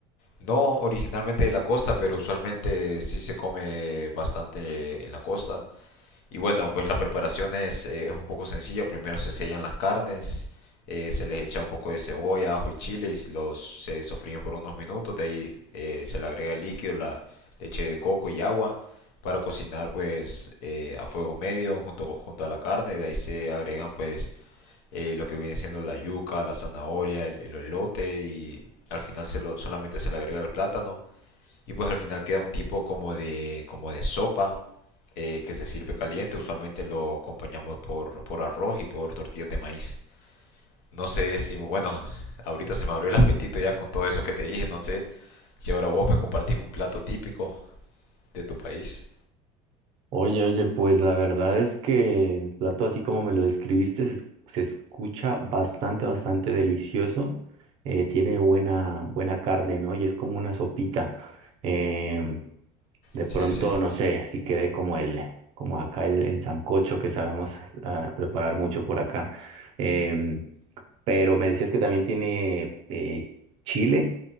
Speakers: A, on the left; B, on the right.
A: No originalmente de la costa, pero usualmente sí se come bastante en la costa. Y bueno, pues la preparación es, eh, es un poco sencilla. Primero se sellan las carnes, eh, se les echa un poco de cebolla, ajo y chile y los se sofríen por unos minutos. De ahí eh, se le agrega el líquido, la leche de coco y agua para cocinar pues eh, a fuego medio junto, junto a la carne. De ahí se agregan pues eh, lo que viene siendo la yuca, la zanahoria, el, el elote y al final se lo- solamente se le agrega el plátano. Y pues al final queda un tipo como de, como de sopa eh, que se sirve caliente. Usualmente lo acompañamos por, por arroz y por tortillas de maíz. No sé si, bueno, ahorita se me abrió el apetito ya con todo eso que te dije. No sé si ahora vos me compartís un plato típico de tu país.
B: Oye, oye, pues la verdad es que el plato así como me lo describiste se, es- se escucha bastante, bastante delicioso. Eh, tiene buena, buena carne, ¿no? Y es como una sopita. Em, de
A: Sí,
B: pronto,
A: sí.
B: no sé, si quede como el, como acá el, el sancocho que sabemos ah, preparar mucho por acá. Em, pero me decías que también tiene eh, chile